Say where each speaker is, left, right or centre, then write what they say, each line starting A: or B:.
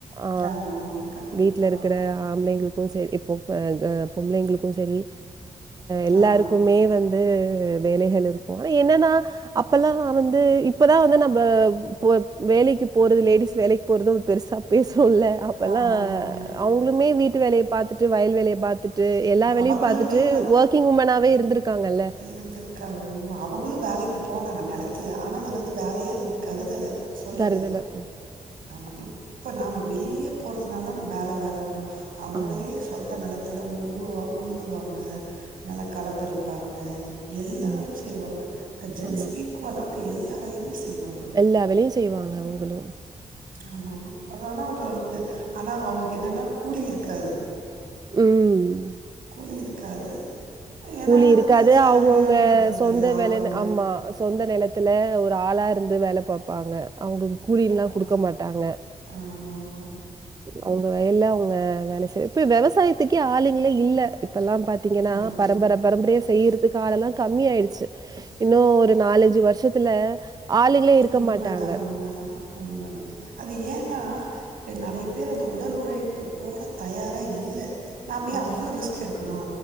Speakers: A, on the right (about 25°); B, on the right (about 85°).
A: ஆ
B: ஆமாம் ஆமாம் கண்டிப்பாக
A: வீட்டுல இருக்கிற ஆம்பளைங்களுக்கோ செரி பொ ஆ க பொம்பளைங்களுக்கு செரிஆ எல்லாருக்குமே
B: ஆமாம் ஆமாம்
A: வந் ந்து வேலைகள் இருக்கும் ஆனா என்னன்னா அப்பல்லா வந்து இ இப்பதா வந்து நம்ம போ வேலைக்கு போறது லேடிஸ் வேலைக் போறது ஒரு பெருசா பேசுவல்லே அப்பல்லா
B: ஆமாம் உண்மை
A: அவுங்குளுமே வீட்டு வேலைய பாத்துட்டு வயல் வேலைய பாத்துட்டு எல்லா வேலையு
B: அவங்களுமே
A: பாத்துட்டு ஒர்க்கிங் உமனாவே இருந்திருக்காங்கல்ல
B: இருந்துருக்காங்க உண்ம அவுங்களு வேலைக்கு போனாங்க நெலத்தில ஆனா அது வந்து வேலையேனு கருதல சொல்லல
A: கருதல. ம்.
B: ஆமா இப் இப்போ நாம்ப வெளியே போறதுனால தான வேல வேலன்றோ அவுங்களே
A: ம்.
B: சொந்த நெலத்தில உழுவா உழுதுவாங்க நல்லா களப்பறிப்பாங்க எல்லா
A: ம்.
B: வேலையு செய்வாங்க ஜென்சுக்கு
A: ஆமா.
B: ஈக்குவலான எல்லா வேலையுமே செய் ய்வாங்க
A: எல்லா வேலையும்
B: நம்ம
A: செய்வாங்க
B: அம்மா
A: அவங்களும்.
B: ஆமா ஆமா அதானா அவுங்களுக்கு ஆனா அவங்களுக்கு என்னென்னா கூலி இருக்காது
A: ம்
B: கூலி இருக்காது ஏன்னா
A: கூலி
B: அது
A: இருக்காது
B: வந்து ஃபேமிலியோட
A: அவுங்க அவுங்க
B: வந்துடுது
A: சொந்த
B: லாபம்னு
A: வேலன்னு ஆமா சொந்த நெலத்து த்துல ஒரு ஆளா இருந்து வேல பாப்பாங்க அவுங்க கூலில்லா
B: ஆமா
A: குடுக்க மாட்டாங்க
B: ஆமா ஆமா
A: அவுங்க வயல்ல அவுங்க வேல செய் இப்ப விவசாயத்துக்கே ஆளுங்களோ இல்ல இப்பளா பாத்தீங்கன்னா
B: ஆமா
A: பரம்பர பரம்பரயா செய்யறதுக்கு ஆளல்லா கம்மியா ஆயிடுச்சு இன்னு ஒரு நாலஞ்சு வருஷத்துல ஆளுங்களே இருக்க
B: உண்மதா
A: மாட்டாங்க
B: உண்மதா உண்மதா அது ஏன்னா இப்ப நறைய பேர் அந்த உடல் உழைப்பு போட தயாரா இல்ல நாம்ப ஏ
A: ம்
B: அவ்ளோ ரிஸ்க் எடுக்கணோ